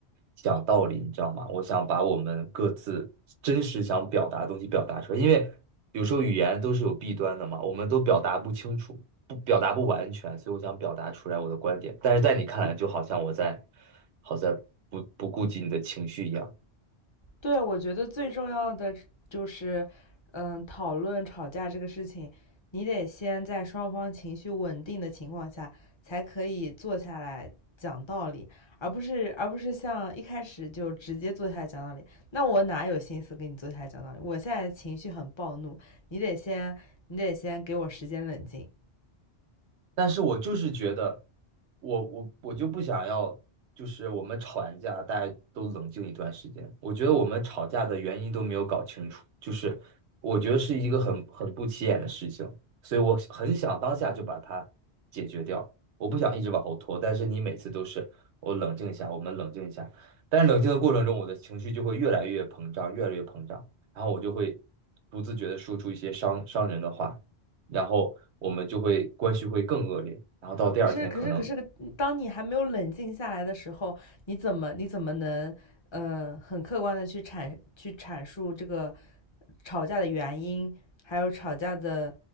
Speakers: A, on the right; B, on the left.
A: 讲道理，你知道吗？我想把我们各自真实想表达的东西表达出来，因为有时候语言都是有弊端的嘛，我们都表达不清楚，不表达不完全，所以我想表达出来我的观点，但是在你看来，就好像我在好在不不顾及你的情绪一样。
B: 对，我觉得最重要的就是，嗯，讨论吵架这个事情，你得先在双方情绪稳定的情况下，才可以坐下来讲道理，而不是而不是像一开始就直接坐下来讲道理。那我哪有心思跟你坐下来讲道理？我现在情绪很暴怒，你得先你得先给我时间冷静。
A: 但是我就是觉得，我我我就不想要，就是我们吵完架，大家都冷静一段时间。我觉得我们吵架的原因都没有搞清楚，就是我觉得是一个很很不起眼的事情，所以我很想当下就把它解决掉。我不想一直往后拖，但是你每次都是我冷静一下，我们冷静一下，但是冷静的过程中，我的情绪就会越来越膨胀，越来越膨胀，然后我就会不自觉的说出一些伤伤人的话。然后我们就会关系会更恶劣，然后到第二天可能，
B: 可是，可是，可是，当你还没有冷静下来的时候，你怎么，你怎么能，呃，很客观的去阐去阐述这个吵架的原因，还有吵架的